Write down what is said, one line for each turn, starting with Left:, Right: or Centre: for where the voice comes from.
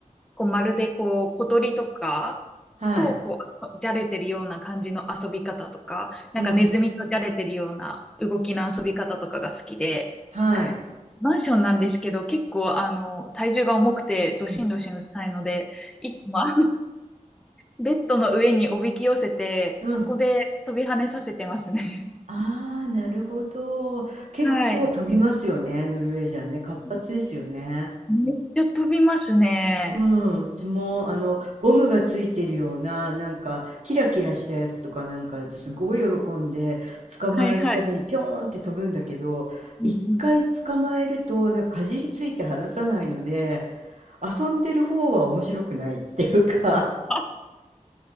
Centre: こうまるでこう小鳥とか
Right: はい。
Centre: とこうじゃれてるような感じの遊び方とか、なんかネズミとじゃれてるような動きの遊び方とかが好きで、
Right: うんうん。はい。
Centre: マンションなんですけど、結構、あの、体重が重くて、どしんどしんうるさいので、
Right: うん。
Centre: いつも、<laughs> あベッドの上におびき寄せて、
Right: うん。
Centre: そこで飛び跳ねさせてますね。
Right: ああ、なるほど。結構飛びますよね、
Centre: <laughs> はい。
Right: ノルウェージャンね。活発ですよね。
Centre: めめっちゃ飛びますね。
Right: うん、うちもあのゴムがついてるようななんかキラキラしたやつとかなんかすごい喜んで捕まえるためにピョーンって飛ぶんだけど一回捕まえるとなんかかじりついて離さないので
Centre: はいはい。うんうん。
Right: 遊んでる方は面白くないっていうか
Centre: あ、